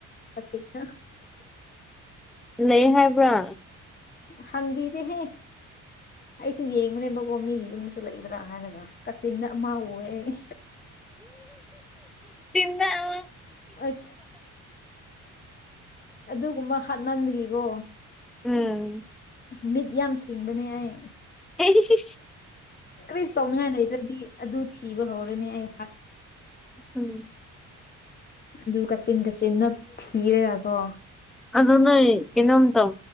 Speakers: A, on the left; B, in the centre.
A: ꯃꯇꯦꯡꯅ
B: ꯂꯩ ꯍꯥꯏꯕ꯭ꯔꯥ
A: ꯍꯪꯕꯤꯗꯦ ꯍꯦ ꯑꯩꯁꯨ ꯌꯦꯡꯕꯅꯦꯕꯀꯣ ꯃꯤꯒꯤ ꯌꯨꯝꯗꯁꯨ ꯂꯩꯒꯗ꯭ꯔꯥ ꯍꯥꯏꯔꯒ ꯀꯥꯆꯤꯟꯅ ꯑꯃ ꯎꯑꯦ ꯑꯩ
B: ꯎꯝꯇꯅ
A: ꯑꯁ ꯑꯗꯨꯒꯨꯝꯕ ꯍꯥꯞꯅꯟꯒꯤꯀꯣ
B: ꯎꯝ
A: ꯃꯤꯠ ꯌꯥꯝ ꯁꯤꯡꯕꯅꯦ ꯑꯩ
B: ꯑꯦꯁꯤ
A: ꯀ꯭ꯔꯤꯁ ꯇꯧꯅꯤꯉꯥꯏ ꯂꯩꯗꯗꯤ ꯑꯗꯨ ꯊꯤꯕ ꯍꯧꯔꯅꯦ ꯑꯩ
B: ꯎꯝ
A: ꯑꯗꯨ ꯀꯆꯤꯟ ꯀꯆꯤꯟ ꯊꯤꯔꯦꯒꯀꯣ
B: ꯑꯗꯨꯗꯣ ꯅ ꯀꯩꯅꯣ ꯇꯧ